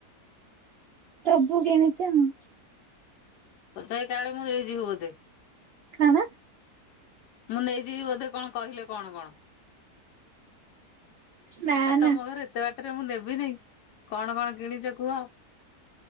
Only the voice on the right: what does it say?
ସବୁ କିଣିଛ ଆଉ
କଣ?
ନା
ନା